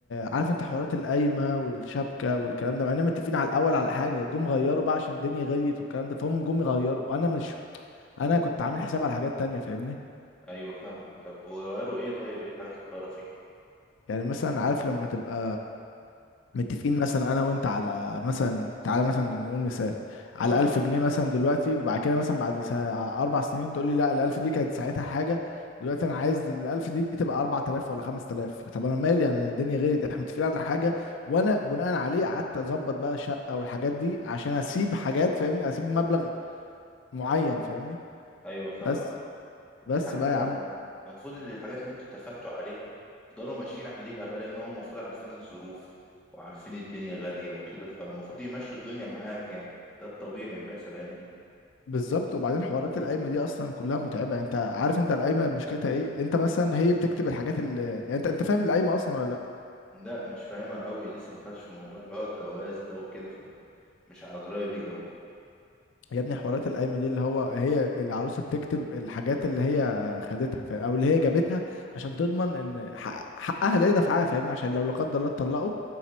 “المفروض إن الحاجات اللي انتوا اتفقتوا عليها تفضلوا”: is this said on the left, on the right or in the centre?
Centre